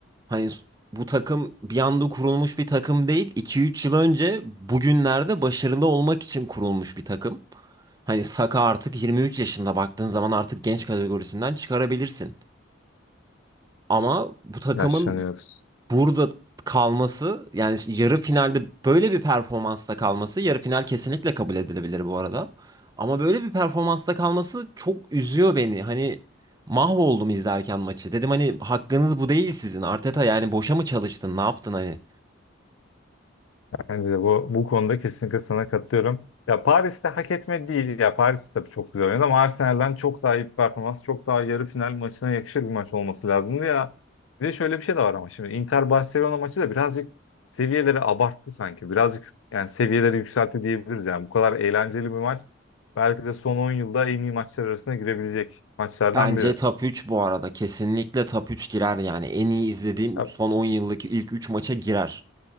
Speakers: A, on the right (about 20°); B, on the left (about 75°).
A: hani s- bu takım bir anda kurulmuş bir takım değil. 2 üç yıl önce bugünlerde başarılı olmak için kurulmuş bir takım. Hani Saka artık 23 yaşında baktığın zaman artık genç kategorisinden çıkarabilirsin. Ama bu takımın
B: Yaşlanıyoruz.
A: burada kalması yani yarı finalde böyle bir performansta kalması yarı final kesinlikle kabul edilebilir bu arada. Ama böyle bir performansta kalması çok üzüyor beni. Hani mahvoldum izlerken maçı. Dedim hani hakkınız bu değil sizin. Arteta yani boşa mı çalıştın? Ne yaptın hani?
B: Bence de bu, bu konuda kesinlikle sana katılıyorum. Ya Paris'te hak etme değil. Ya Paris tabii çok güzel oynadı ama Arsenal'den çok daha iyi bir performans, çok daha yarı final maçına yakışır bir maç olması lazımdı ya. Bir de şöyle bir şey de var ama şimdi Inter Barcelona maçı da birazcık seviyeleri abarttı sanki. Birazcık yani seviyeleri yükseltti diyebiliriz yani. Bu kadar eğlenceli bir maç belki de son 10 yılda en iyi maçlar arasına girebilecek maçlardan
A: Bence
B: biri.
A: top 3 bu arada. Kesinlikle top 3 girer yani. En iyi izlediğim
B: Ya
A: son 10 yıldaki ilk 3 maça girer.